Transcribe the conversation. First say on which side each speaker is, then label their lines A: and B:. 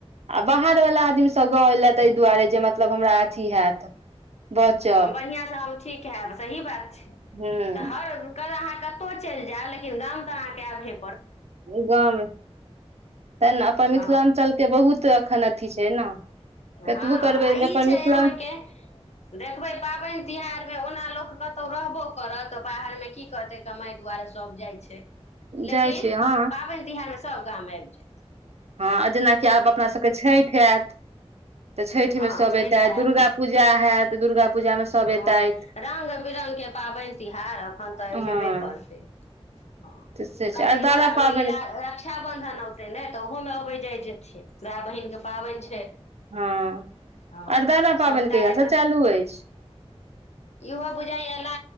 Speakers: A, on the right; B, on the left.
A: आ बाहर वला आदमी सब गाँव एयले ताहि दुआरे जे मतलब हमरा अथी हैत बचब
B: अपन बढ़िआँसँ हम ठीक हैब सही बात छै
A: हूँ
B: तऽ हर क अहाँके कतहु चलि जायब लेकिन गाम तऽ अहाँके आयब हे
A: गाँवमे ते ने अपन
B: हँ
A: मिथिलाञ्चलके बहुत एखन अथिी छै ने कतबो
B: हँ
A: करबै
B: आ
A: एहिमे
B: ई
A: अपन
B: छै
A: मिथिलाञ्च
B: अहाँके देखबै पाबनि तिहारमे ओना लोक कतहु रहबो करत की कर कमाइ दुआरे सब जाइ छै लेकिन
A: जाइ छै हँ
B: पाबनि तिहार सब गाम आबि जात
A: हँ जेनाकि आब अपना सबके छठि आयत तऽ छठि
B: हँ
A: मे सब
B: छठि
A: एते
B: हैत
A: दुर्गा पूजा है तऽ दुर्गा पूजामे सभ
B: हँ
A: एतथि
B: रङ्ंग बिरङ्गके पाबनि तिहार एखन तऽ
A: हँ
B: हेबे करतै ह
A: तऽ से
B: कतेक
A: छै अरदारा
B: लोक आबै
A: पाबनि
B: ई रा रक्षाबन्धन अतै ने तऽ ओहोमे अबै जाय जेयथिन भाय बहिनके पाबनि छै
A: हँ
B: हँ
A: अरदारा
B: तऽ
A: पाबनि
B: सभटा
A: कहियासँ
B: एतय
A: चालू अछि
B: यहो पूजा एल अ